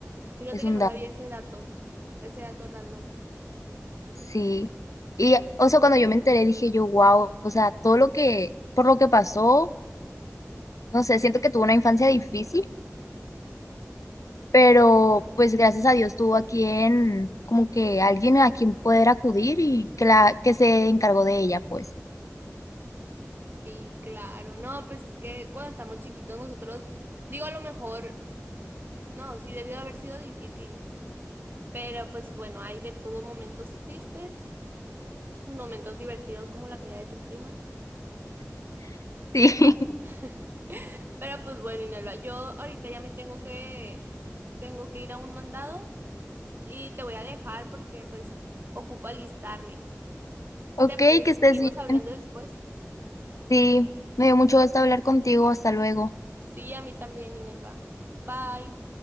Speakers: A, on the right; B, on the left.
A: fíjate
B: Es
A: que
B: un
A: no
B: dato.
A: sabía ese dato, ese dato random.
B: Sí. Y, o sea, cuando yo me enteré dije yo, wow, o sea, todo lo que, por lo que pasó, no sé, siento que tuvo una infancia difícil pero pues gracias a Dios tuvo a quien, como que alguien a quien poder acudir y que, la, que se encargó de ella, pues.
A: Sí, claro. No, pues es que cuando estamos chiquitos nosotros, digo, a lo mejor, no, sí, debió de haber sido difícil. Pero pues bueno, hay de todo momentos tristes y momentos divertidos como la caída de tu prima.
B: Sí,
A: Eh,
B: <laughs>
A: <laughs> Pero pues bueno, Inelva, yo ahorita ya me tengo que, tengo que ir a un mandado y te voy a dejar porque pues ocupo alistarme.
B: ok,
A: ¿Te parece
B: que
A: que
B: estés
A: seguimos
B: bien.
A: hablando después?
B: Sí, me dio mucho gusto hablar contigo, hasta luego.
A: Sí, a mí también, Inelva. Bye.